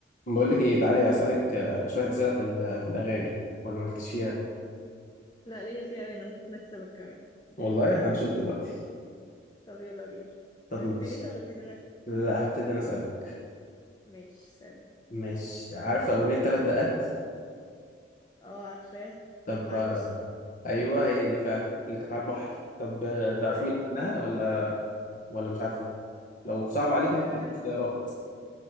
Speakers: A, on the left; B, on the left.
A: بقول لك ايه تعالي اسالك آه، شويه اسئله في ال- في الاغاني ولا مالكش فيها
B: لا ليا فيها أوي أنا ممكن أكسبك كمان
A: والله هنشوف دلوقتي
B: طب يلا بينا
A: طب
B: هتبتدي
A: ماشي
B: أنت ولا أبتدي أنا؟
A: لا هبتدي انا اسالك
B: ماشي سألني
A: ماشي عارفه اغنيه ثلاث دقات
B: اه عارفاه
A: طب
B: كانت مع
A: آه،
B: يسرا
A: ايوه هي دي فعلا اللي كانت على البحر طب آه، تعرف
B: أيوه
A: مين اللي غناها ولا ولا مش عارفه لو صعب عليك
B: اه
A: ممكن اديك اختيارات